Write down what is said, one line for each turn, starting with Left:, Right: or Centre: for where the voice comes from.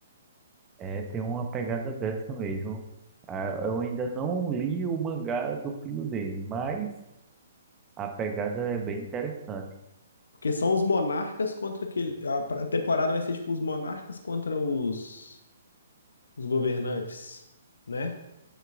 Right: É, tem uma pegada dessa mesmo. Ah, Eu ainda não li o mangá do filho dele, mas a pegada é bem interessante.
Left: Porque são os monarcas contra aquele. A pra- a temporada vai ser tipo os monarcas contra os, os governantes, né?